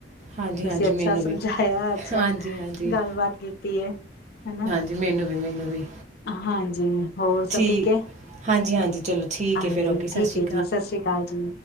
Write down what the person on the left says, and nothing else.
ਤੁਸੀਂ
ਅੱਛਾ
ਸਮਝਾਇਆ
ਅੱਛਾ
ਗੱਲਬਾਤ ਕੀਤੀ ਹੈ। ਹਨਾ
ਹਾਂਜੀ ਹੋਰ
ਸਭ ਹੈ
ਹਾਂਜੀ
ਠੀਕ
ਹੈ ਜੀ ਸਤਿ ਸ੍ਰੀ ਅਕਾਲ ਜੀ